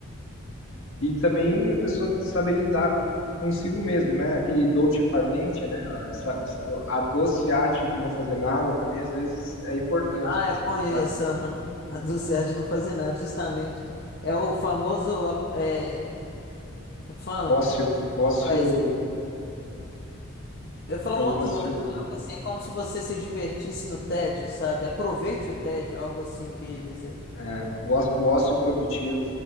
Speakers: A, on the left; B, on the left.
A: E também a pessoa saber lidar consigo mesmo, né? Aquele dolce far niente, né? A, sa- a doce arte de não fazer nada também, às vezes, é importante.
B: Ah,
A: né?
B: eu conheço.
A: Pra-
B: Aham. A dulce de não fazer nada, justamente. É o famoso. a- É, como é que falam?
A: O ócio, o ócio,
B: Pra Eu ia falar
A: é
B: um
A: o
B: outro
A: ócio,
B: nome, eu ia falar algo assim, é como se você se divertisse no tédio, sabe? Aproveite o tédio, algo assim que eu ia dizer.
A: é, o ócio, o ócio produtivo.